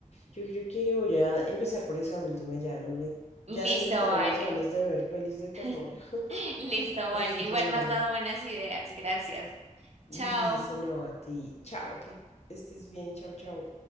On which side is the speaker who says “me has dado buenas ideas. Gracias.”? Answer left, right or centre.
Right